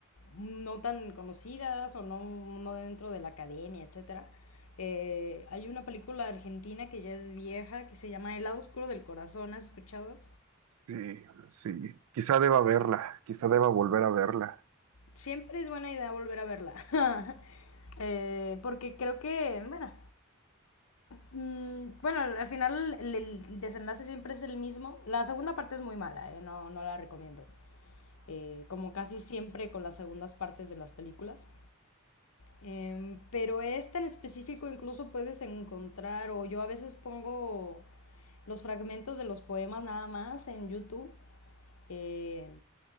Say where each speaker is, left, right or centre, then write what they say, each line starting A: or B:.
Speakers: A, on the left; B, on the right.
A: no tan conocidas o no, no dentro de la academia, etcétera. Eh, hay una película argentina que ya es vieja, que se llama El lado oscuro del corazón, ¿has escuchado?
B: Sí, sí, quizá deba verla, quizá deba volver a verla.
A: siempre es buena idea volver a verla. <laughs> eh, porque creo que, bueno, mm, bueno, al final el, el desenlace siempre es el mismo. La segunda parte es muy mala, eh, no, no la recomiendo. Eh, como casi siempre con las segundas partes de las películas. Em, pero esta en específico incluso puedes encontrar, o yo a veces pongo los fragmentos de los poemas nada más en YouTube. Eh,